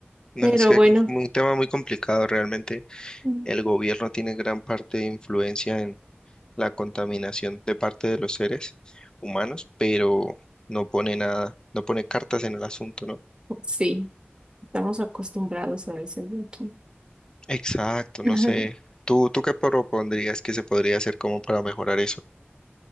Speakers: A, on the left; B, on the right.
A: No,
B: Pero
A: es que
B: bueno,
A: es un tema muy complicado. Realmente
B: mm,
A: el gobierno tiene gran parte de influencia en la contaminación de parte de los seres humanos, pero no pone nada, no pone cartas en el asunto, ¿no?
B: sí, estamos acostumbrados a veces de aquí.
A: Exacto,
B: <laughs>
A: no sé. ¿Tú, tú qué propondrías que se podría hacer como para mejorar eso?